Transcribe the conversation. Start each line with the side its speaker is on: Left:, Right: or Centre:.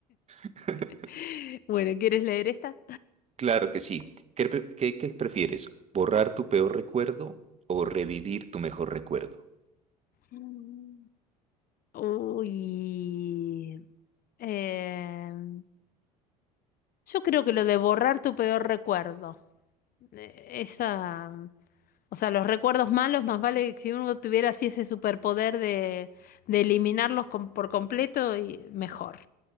Right: <laughs>
Left: <laughs> Bueno, ¿quieres leer esta?
Right: Claro que sí. ¿Qué, pre- qué- qué prefieres? ¿Borrar tu peor recuerdo o revivir tu mejor recuerdo?
Left: Mm. Uy. em, yo creo que lo de borrar tu peor recuerdo. eh, Esa. mm, O sea, los recuerdos malos, más vale que si uno tuviera así ese superpoder de, de eliminarlos com- por completo, y mejor.